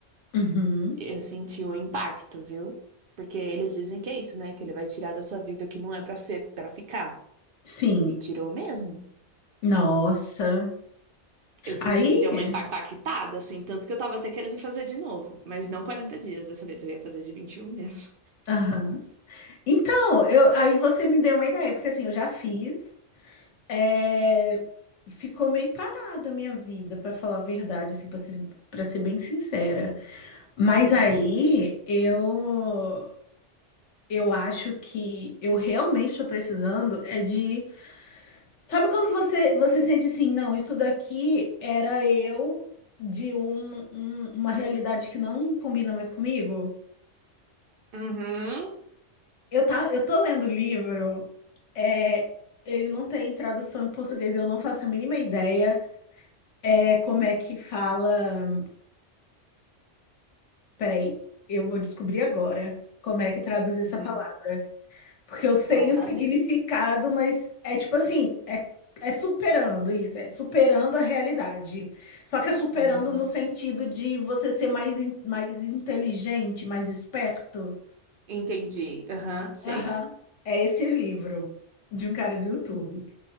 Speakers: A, on the left (about 75°); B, on the right (about 55°).
A: Uhum.
B: Eu senti o impacto, viu? Porque eles dizem que é isso, né? Que ele vai tirar da sua vida o que não é pra ser, para ficar.
A: Sim.
B: E tirou mesmo.
A: Nossa.
B: Eu senti
A: Aí.
B: que deu uma empa- impactada, assim, tanto que eu tava até querendo fazer de novo, mas não 40 dias, dessa vez eu ia fazer de 21 mesmo.
A: Aham. Então, eu, aí você me deu uma ideia, porque assim, eu já fiz, é, ficou meio parada a minha vida, pra falar a verdade, assim, para ser, para ser bem sincera. Mas
B: Uhum.
A: aí eu eu acho que eu realmente estou precisando é de, sabe quando você você sente assim, não, isso daqui era eu de um- um- uma realidade que não combina mais comigo?
B: Uhum,
A: Eu tá, eu tô lendo livro. É, ele não tem tradução em português, eu não faço a mínima ideia. É, como é que fala. Peraí, eu vou descobrir agora como é que traduz essa
B: uhum.
A: palavra. Porque eu sei
B: Ai,
A: o
B: lá
A: significado,
B: vem.
A: mas é tipo assim, é, é superando isso, é superando a realidade. Só que é superando
B: Uhum.
A: no sentido de você ser mais, in- mais inteligente, mais esperto.
B: Entendi. Aham, sei.
A: Aham. É esse livro de um cara do YouTube.